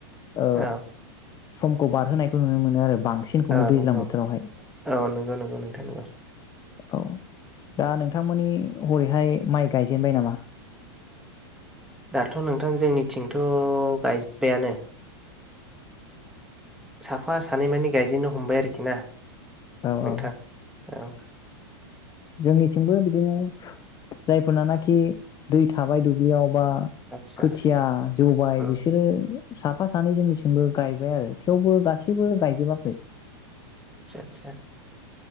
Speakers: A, on the left; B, in the centre.
A: ओ
B: औ
A: समखौ बारहोनायखौ नुनो मोनो आरो बांसिनखौनो
B: ओ
A: दैज्लां
B: नंगौ
A: बोथोरावहाय
B: औ नंगौ नंगौ नंगौ नोंथां नंगौ।
A: औ। दा नोंथांमोननि हरैहाय माइ गायजेनबाय नामा।
B: दाथ' नोंथां जोंनिथिंथ' गायजोबबायानो। साफा सानै मानि गायजेननो हमबाय आरोखि। <unintelligible>
A: औ
B: नोंथां
A: औ
B: औ।
A: जोंनिथिंबो बिदिनो जायफोरनानाखि दै थाबाय दुब्लियाव। बा
B: आदसा
A: खोथिया जौबाय
B: उम
A: बिसोरो साफा सानै जोंनिसिमबो गायबाय आरो थेवबो गासैबो गायजोबाखै।
B: आतसा आतसा।